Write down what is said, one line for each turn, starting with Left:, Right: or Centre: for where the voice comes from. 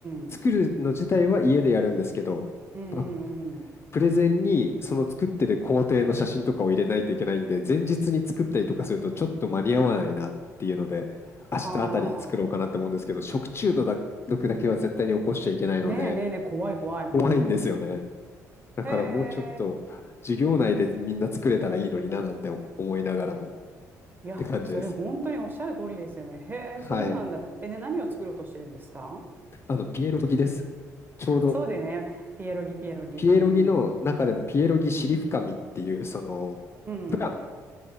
Right: んうん。
Left: 作るの自体は家でやるんですけど、
Right: うんうんうん。
Left: まあプレゼンにその作ってる工程の写真とかを入れないといけないんで、前日に作ったりとかするとちょっと間に合わないなっていうので、
Right: は
Left: 明日あたりに作ろうかなって思うんですけど、食中毒だけは絶対に起こしちゃいけないので、
Right: あ。ねえねえねえ、怖い怖い。うんうん。
Left: 怖いんですよね。だからもうちょっと授業内でみんな作れたらいいのにななんて思いながらも
Right: へえ。いや、
Left: って感じです。
Right: それ本当におっしゃる通りですよね。へえ、
Left: はい。
Right: そうなんだ。え、で、何を作ろうとしてるんですか
Left: あの、ピエロギです。ちょうど
Right: そうでね、ピエロギ、ピエロギ。
Left: ピエロギの中でもピエロギシリフカミっていう、
Right: うん
Left: その、
Right: うん。うん。
Left: プラム